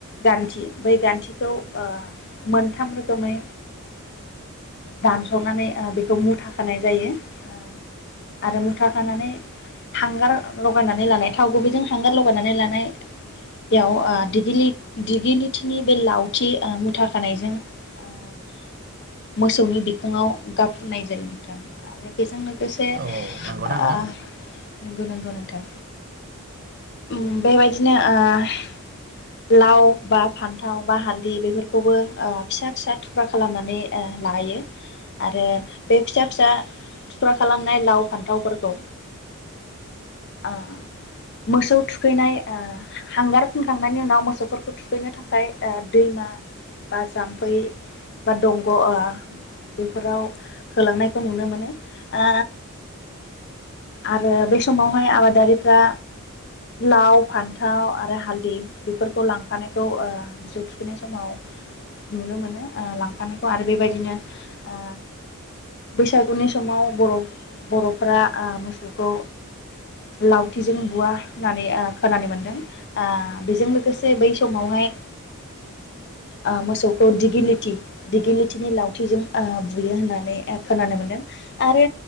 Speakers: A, on the left; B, on the right.
A: गानथि बै गानथिखौ मोनथाम रोखोमै दानस'नानै अ बेखौ मुथा खानाय जायो अ आरो मुथा खानानै हांगार लगायनानै लानाय थाव गुबैजों हांगार लगायनानै लानाय याव अ दिगिलि दिगिलिथिनि बे लावथि मुथा खानायजों अ मोसौनि बिखङाव गाबफुननाय जायो नोंथां आरो बेजों लोगोंसे ओ
B: औ नंगौना नोंथां
A: नंगौ नंगौ नोंथां उम बेबायदिनो ओ लाव बा फानथाव बा हालदै बेफोर खौबो अ फिसा फिसा थुख्रा खालामनानै अ लायो आरो बे फिसा फिसा थुख्रा खालामनाय लाव फानथावफोरखौ अ मोसौ थुखैनाय अ हांगार फुनखांनायनि उनाव मोसौफोरखौ थुखैनो थाखाय अ दैमा बा जाम्फै बा दंग' अ बेफोराव होलांनायखौ नुनो मोनो अ आरो बे समावहाय आबादारिफ्रा लाव फानथाव आरो हालदै बेफोरखौ लांफानायखौ अ मोसौ थुखैनाय समाव नुनो मोनो अ लांफानायखौ आरो बेबायदिनो अ बैसागुनि समाव बर' बर'फोरा अ मोसौखौ लावथिजों बुवा होननानै अ खोनानो मोनदों अ बेजों लोगोसे बै समावहाय अ मोसौखौ दिगिलिथि दिगिलिथिनि लावथिजों अ बुयो होननानै अ खोनानो मोनदों आरो